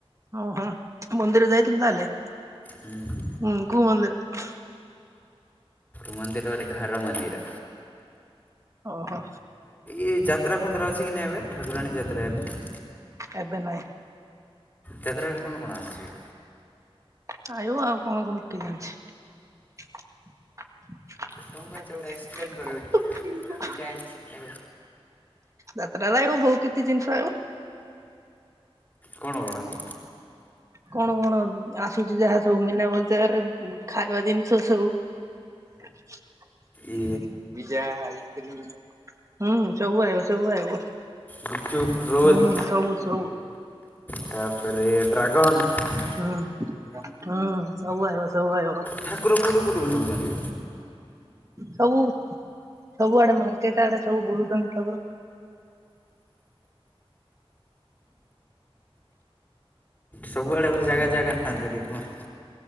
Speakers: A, on the right; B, on the left.
A: ଓ ହୋ ମନ୍ଦିର ଯାଇଥିଲୁ ତାହେଲେ?
B: ହୁଁ।
A: ହୁଁ କୋଉ ମନ୍ଦିର?
B: ମନ୍ଦିର ମାନେ ଘର ମନ୍ଦିର।
A: ଓହୋ
B: ଏ ଯାତ୍ରା ଫାତ୍ରା ଅଛି କି ନାହି ଏବେ ଠାକୁରାଣୀ ଯାତ୍ରା ଏବେ।
A: ଏବେ ନାହିଁ।
B: ଯାତ୍ରାରେ କଣ କଣ ଆସିଛି?
A: ଖାଇବ ଆଉ କଣ କଣ କିଏ ଜାଣିଛି? <unintelligible>
B: ତମେ ବା ଯୋଉଟା ଏକ୍ସପ୍ଲେନ୍ କରିବ ଟିକେ ଏଇଟା ଆଇବ ସେଟା ଆଇବ
A: ଯାତ୍ରା ରହିବ ବହୁତ କିଛି ଜିନିଷ ଆଇବ।
B: କଣ ହେଲା କି?
A: କଣ କଣ ଆସୁଛି ଯାହା ସବୁ ମୀନା ବଜାରରେ ଖାଇବା ଜିନିଷ ସବୁ। ଏ
B: ଇ
A: ପିଜା ଆଇସ୍କ୍ରିମ୍। ହୁଁ ସବୁ ଆଇବ ସବୁ ଆଇବ।
B: ଗୁପଚୁପ ରୋଲ
A: ହୁଁ ସବୁ ସବୁ
B: ତାପରେ ଡ୍ରାଗନ
A: ହୁଁ ହୁଁ ସବୁ ଆଇବ ସବୁ ଆଇବ।
B: ଠାକୁର କୋଉଠୁ କୋଉଠୁକୁ ନେଉଛନ୍ତି
A: ସବୁ ସବୁ ଆଡେ ମାର୍କେଟ ଆଡେ ସବୁ ବୁଲୁଛନ୍ତି ଠାକୁର।
B: ସବୁଆଡେ ବେଲେ ଜାଗା ଜାଗା ଟିକେ କୁହନ୍ତୁ?